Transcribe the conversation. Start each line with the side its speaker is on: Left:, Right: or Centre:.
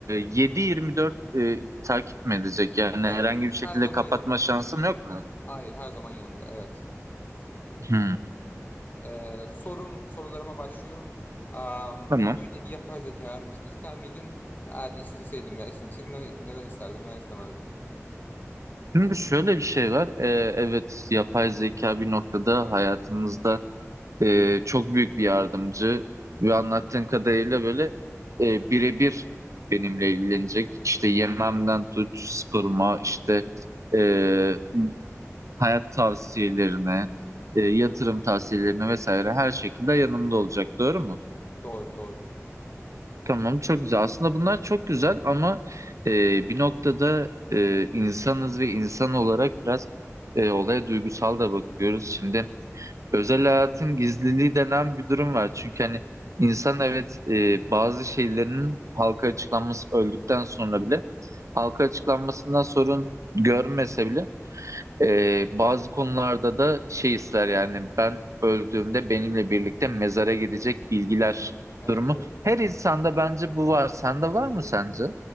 Right: 7-24 e, takip mi edecek? Yani
Left: Evet.
Right: herhangi bir şekilde
Left: Her zaman
Right: kapatma
Left: yanında.
Right: şansım yok mu?
Left: Hayır, her zaman yanında. Evet.
Right: Hı.
Left: Ee, sorum, sorularıma başlıyorum. Am,
Right: Tamam.
Left: böyle bir yapay zeka arar mısın? İster miydin? Eğer isteseydin veya istemeseydin neden, neden isterdin veya istemezdin?
Right: Şimdi şöyle bir şey var. Ee, evet, yapay zeka bir noktada hayatımızda e, çok büyük bir yardımcı ve anlattığın kadarıyla böyle e, birebir benimle ilgilenecek. İşte yememden tut, sporuma, işte e, hayat tavsiyelerine, e, yatırım tavsiyelerine vesaire her şekilde yanımda olacak. Doğru mu?
Left: Doğru, doğru.
Right: Tamam, çok güzel. Aslında bunlar çok güzel ama e, bir noktada e, insanız ve insan olarak biraz e, olaya duygusal da bakıyoruz. Şimdi özel hayatın gizliliği denen bir durum var. Çünkü hani insan evet e, bazı şeylerin halka açıklanması öldükten sonra bile halka açıklanmasından sorun görmese bile ee, bazı konularda da şey ister yani ben öldüğümde benimle birlikte mezara
Left: Tabii.
Right: gidecek bilgiler
Left: Evet,
Right: durumu.
Left: evet.
Right: Her insanda bence bu var. Sende
Left: Bence
Right: var mı
Left: de.
Right: sence?